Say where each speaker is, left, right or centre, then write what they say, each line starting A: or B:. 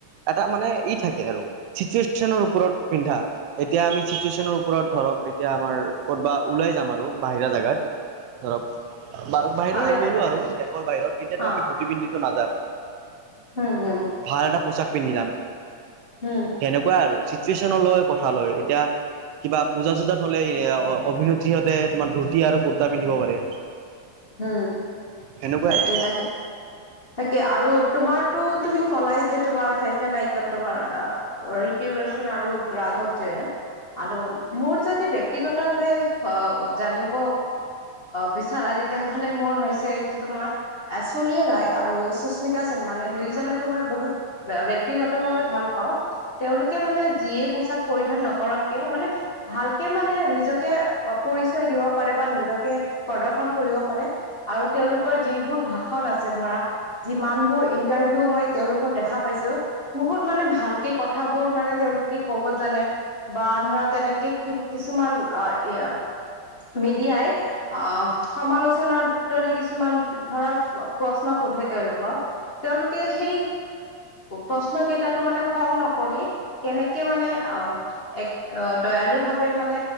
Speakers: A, on the right (about 80°); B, on the left (about 75°).
A: এটা মানে। <unintelligible> থাকে আৰু চিটুৱেচনৰ ওপৰত পিন্ধা এতিয়া আমি চিটুৱেচনৰ ওপৰত ধৰক এতিয়া আমাৰ <unintelligible> কৰ'বা ওলাই যাম আৰু বাহিৰা জেগাত <unintelligible> ধৰক বাহিৰলৈ
B: হয় হয়
A: গ'লো আৰু দেশৰ বাহিৰত এতিয়াতো
B: অ
A: আমি ধুতি পিন্ধটো নাযাওঁ
B: উম উম
A: ভাল এটা পোচাক পিন্ধি দাম
B: উম
A: সেনেকুৱাই আৰু টিউচন লৈ কথা লয় এতিয়া কিবা পূজা চূজাত হলে অভিনেত্ৰী সিহঁতে তোমাৰ ধূতি আৰু কুৰ্তা পিন্ধিব পাৰে।
B: উম
A: সেনেকুৱাই
B: তাকে
A: আৰু
B: তাকে তাকে আৰু তোমাৰো তুমি কলাই যে তোমাৰ ফেচন আইকন তোমাৰ <unintelligible> জ আৰু মোৰ যদি। <unintelligible> ব্যক্তিগত ভাৱে অ জানিব বিচৰা <unintelligible> তেতিয়াহ'লে মোৰ হৈছেটো তোমাৰ এশ্বৰীয়া ৰায় আৰু সুস্মিতা সেন্ মানে দুয়ইজনকে মই <unintelligible> বহুত ব্যক্তিগত ভাৱে ভাল পাওঁ তেওঁলোকে মানে যিয়ে পোচাক পৰিধান নকৰক কিয় মানে ভালকে মানে নিজকে <unintelligible> পৰিচয় দিব পাৰে বা নিজকে প্ৰদৰ্শন কৰিব পাৰে আৰু তেওঁলোকৰ যিবোৰ ভাষণ আছে ধৰা <unintelligible> যিমান বোৰ ইণ্টাৰভিউ মই তেওঁলোকৰ দেখা পাইছো বহুত মানে ভালকে কথাবোৰ মানে। তেওঁলোকে ক'ব জানে বা ধৰা তেনেকে কিছুমান অ এ <unintelligible> মিডিয়াই আহ সমালোচনাৰ দৰে কিছুমান ধৰাৰ প্ৰশ্ন সোধে তেওঁলোকক তেওঁলোকে সেই। প্ৰশ্ন কেইটাতো মানে খং নকৰি কেনেকে মানে অ অ দয়ালু ভাৱে মানে